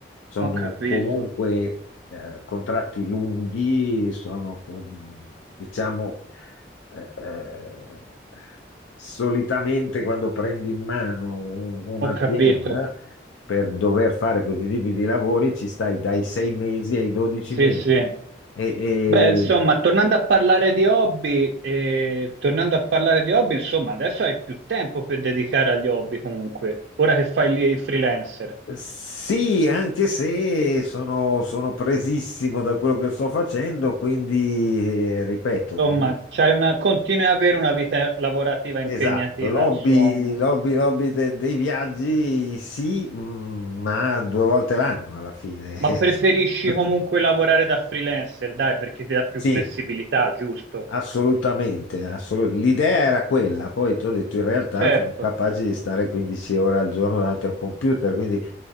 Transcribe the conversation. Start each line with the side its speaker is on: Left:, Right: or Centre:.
Left: sono
Right: ho capito,
Left: comunque eh, contratti lunghi, sono diciamo eh, eh, solitamente quando prendi in mano un- un'azienda
Right: ho capito.
Left: per dover fare questi tipi di lavori ci stai dai sei mesi ai 12
Right: Sì,
Left: mesi.
Right: sì.
Left: E,
Right: Beh, insomma, tornando a parlare di hobby, eh, tornando a parlare di hobby, insomma, adesso hai più tempo per dedicare agli hobby comunque, ora che fai lì il freelancer.
Left: e- sì, anche se sono, sono presissimo da quello che sto facendo, quindi eh, ripeto,
Right: Insomma,
Left: mi-
Right: c'hai una, continui ad avere una vita lavorativa impegnativa,
Left: esatto, l'hobby,
Right: insomma,
Left: l'hobby, l'hobby de- dei viaggi sì, mm, ma due volte l'anno alla fine.
Right: ma preferisci
Left: <laughs>
Right: comunque lavorare da freelancer, dai, perché ti dà più
Left: Sì,
Right: flessibilità, giusto?
Left: Assolutamente, assolut- L'idea era quella, poi ti ho detto in realtà
Right: Certo,
Left: sono capace di stare 15 ore al giorno davanti a un computer, quindi